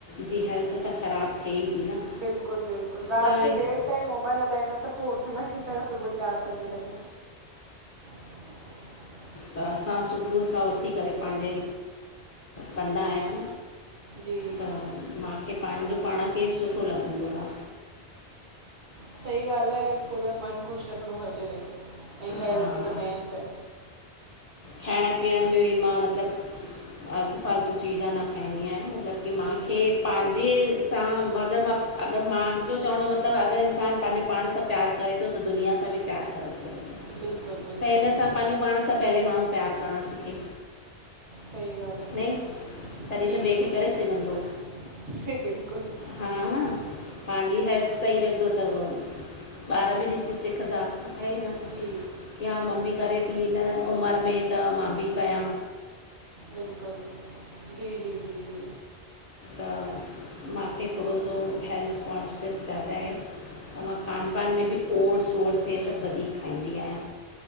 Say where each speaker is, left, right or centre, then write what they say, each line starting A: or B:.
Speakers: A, on the left; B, on the right.
A: जी हेल्थ त ख़राबु थिए ई थी न
B: बिल्कुलु बिल्कुलु राति
A: त
B: जो लेट ताईं मोबाइल हलाईंदा त पोइ उथंदा किथां सुबुह चारि पंज लॻे। इनौड़ीबल
A: त असां सुबुह सां उथी करे पंहिंजे कंदा आहियूं
B: जी
A: त मूंखे पंहिंजो पाण खे सुठो लॻंदो आ।
B: सही ॻाल्हि आहे ख़ुदि मनु ख़ुशि रखिणो खपजे भई ऐं हेल्थ
A: हा
B: त मेन त।
A: खाइण पीअण में बि मां मतिलबु आालतू फालतू चीज़ा न खाईंदी आहियां मतिलबु की माखे
B: जी
A: पंहिंजे सां अगरि मां अगरि मुंहिंजो चवण जो मतिलबु अगरि इंसान पंहिंजो पाण सां प्यारु करे थो त दुनिया सां बि प्यारु करे सघे
B: बिल्कुलु बिल्कुलु
A: त हिन सां पंहिंजो पाण सां पहियोे माण्हू प्यारु करणु सिखे।
B: सही ॻाल्हि आहे,
A: नईं तॾहिं
B: जी
A: त ॿिए
B: जी
A: खे
B: जी
A: करे सघंदो
B: बिल्कुल। इनौड़ीबल
A: हा न पंहिंजी हेल्थ सही रखंदो त ॿार बि ॾिसी सिखंदा ऐं न
B: जी
A: या मम्मी करे थी हिनन उमिरि में त मां बि कया
B: बिल्कुलु जी जी जी जी
A: त मूंखे थोरो सो हेल्थ कॉन्शियस ज़्यादा आहे त मां खान पान में बि ओटस वोर्स हीअ सभु वधीक खाईंदी आहियां।